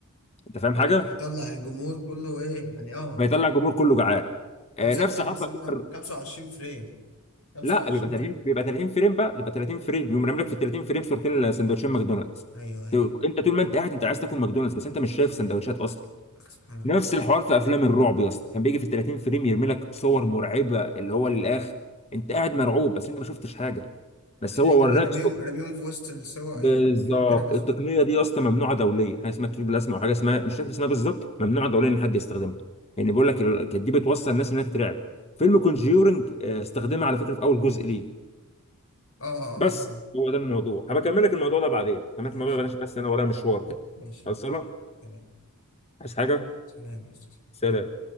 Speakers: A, on the left; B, on the left.
A: انت فاهم حاجه
B: اه فيطلع الجمهور كله ايه يعني اه
A: فيطلع الجمهور كله جعان آه
B: طب ثانيه
A: نفس
B: واحده
A: حرفه
B: بس هم
A: بيبقى
B: 25 فريم 25
A: لا بيبقى 30
B: فريم
A: بيبقى 30 فريم بقى بيبقى 30 فريم يقوم رامي لك في ال 30 فريم صورتين سندوتشين ماكدونالدز
B: ايوه ايوه
A: ت- انت طول ما انت قاعد انت عايز تاكل ماكدونالدز بس انت مش شايف سندوتشات اصلا
B: أخ، سبحان الله
A: نفس الحوار في افلام الرعب يا اسطى كان بيجي في ال 30 فريم يرمي لك صور مرعبه اللي هو للاخ انت قاعد مرعوب بس انت ما شفتش حاجه بس
B: لانه
A: هو وراك
B: بيرميهم
A: صور
B: رميهم في وسط السوا
A: بالظبط
B: يعني يوم كده بس
A: التقنيه دي يا اسطى ممنوعه دوليا حاجه اسمها كيو بلازما وحاجه اسمها مش فاكر اسمها بالظبط ممنوعه دوليا ان حد يستخدمها يعني بيقول لك ال- كانت دي بتوصل الناس انها تترعب فيلم كونجيورنج استخدمها على فكره في اول جزء ليه
B: اه اه
A: بس
B: اه
A: هو ده الموضوع هبكمل لك الموضوع ده بعدين هبكمل
B: ماشي
A: لك الموضوع ده بعدين عشان بس انا ورايا مشوار كده
B: ماشي
A: خلصانه
B: ماشي تمام
A: عايز حاجه
B: سلام يا استاذ
A: سلام